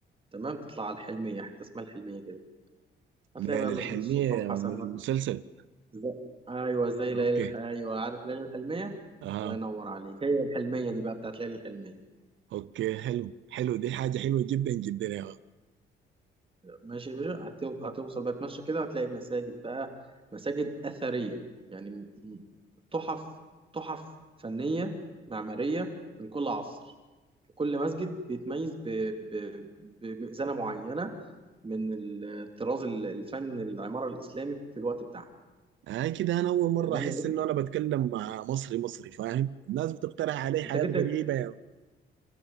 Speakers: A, on the right; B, on the right.
A: تمام تطلع على الحلميه حته اسمها الحلميه كده هتلاقي
B: ليالي
A: بقى مسجد
B: الحلمية
A: السلطان
B: يا
A: حسن
B: من من المسلسل
A: زي... ايوه زي
B: اوكي
A: ليالي الح... ايوه عارف ليالي الحلميه
B: اها
A: الله ينور عليك هي الحلميه دي بقى بتاعت ليالي الحلميه
B: اوكي حلو حلو دي حاجة حلوة جدا جدا يا من
A: ماشي يا باشا هتو... هتوصل بقى تمشي كده هتلاقي مساجد بقى مساجد اثريه يعني م- م- تحف تحف فنيه معماريه من كل عصر وكل مسجد بيتميز ب... ب... بمئذنه معينه من الطراز ال- الفن العماره الاسلامي في الوقت بتاعها
B: هاي كده انا اول مرة
A: تمام
B: احس
A: يا باشا
B: انه انا بتكلم مع مصري مصري فاهم الناس بتقترح علي حاجات
A: انت جيت
B: غريبة يا من